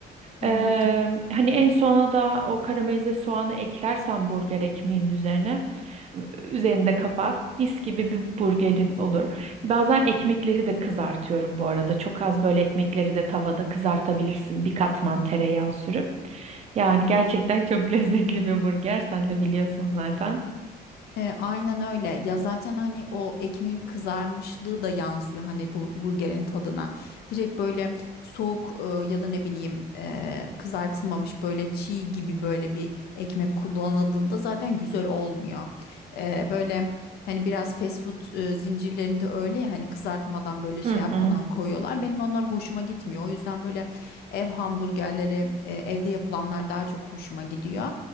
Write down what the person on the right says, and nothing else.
Eee, hani en sona da o karamelize soğanı eklersen burger ekmeğinin üzerine üzerini de kapat. Mis gibi bir burgerin olur. Bazen ekmekleri de kızartıyorum bu arada. Çok az böyle ekmekleri de tavada kızartabilirsin. Bir katman tereyağı sürüp. Yani gerçekten çok <laughs> lezzetli bir burger. Sen de biliyorsun zaten.
Hı
hı.